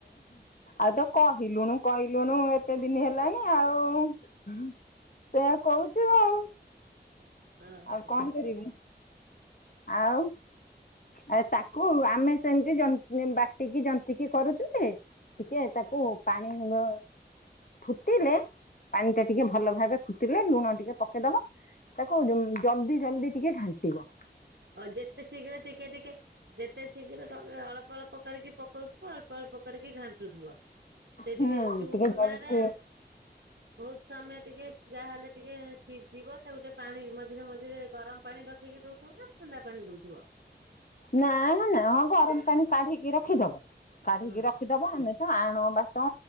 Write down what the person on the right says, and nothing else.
ଓ
ହୋ
ଆଉ ଯେତେ ଶୀଘ୍ର ଟିକେ ଟିକେ ଯେତେ ଶୀଘ୍ର ଟେ ଅଳ୍ପ ଅଳପ ପ କରିକି ପକଉଥିବ ଅଳ୍ପ ଅଳ୍ପ କରିକି ଘାଣ୍ଟୁଥିବ ସେ
ଟିକେ ଚୁନାରା
ବହୁତ ସମୟ ଟିକେ ଯାହଲେ ଟିକେ ସିଝିବ ତାକୁ ଗୋଟେ ପାଣି ମଝିରେ ମଝିରେ ଗରମ ପାଣି ରଖିକି ଦଉଥିବ ନା ଥଣ୍ଡା ପାନି ଦଉଥିବ।
ହଁ